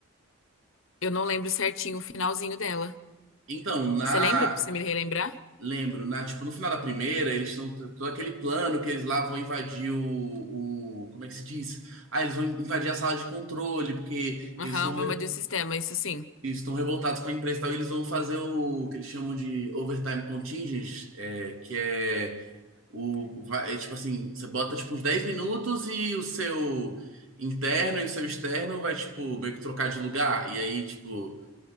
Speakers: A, on the left (about 65°); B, on the right (about 65°).
A: Eu não lembro certinho o finalzinho dela.
B: Então, na,
A: Você lembra? Pra você me relembrar?
B: lembro, na, tipo, no final da primeira, eles estão todo aquele plano que eles lá vão invadir o, o, como é que se diz? Ah, eles vão invadir a sala de controle, porque
A: Aham,
B: eles estão
A: vamos de sistema, isso sim.
B: estão revoltados com a empresa e tal, e eles vão fazer o que eles chamam de overtime contingent, é, que é O, vai, é tipo assim, você bota tipo uns 10 minutos e o seu interno e o seu externo vai, tipo, meio que trocar de lugar. E aí, tipo,